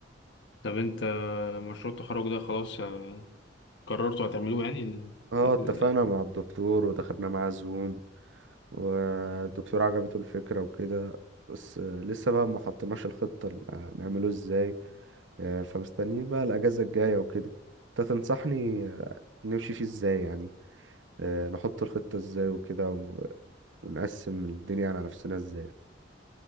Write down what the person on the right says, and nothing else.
آه،
اتفقنا مع الدكتور ودخلنا معاه زوم والدكتور عجبته الفكرة وكده بس آه، لسه بقى ما حطيناش الخطة ال- آه، نعمله ازاي آه، فمستنيين بقى الأجازة الجاية وكده انت تنصحني آه، نمشي فيه ازاي يعني آه، نحط الخطة ازاي وكده و- ونقسم الدنيا على نفسنا ازاي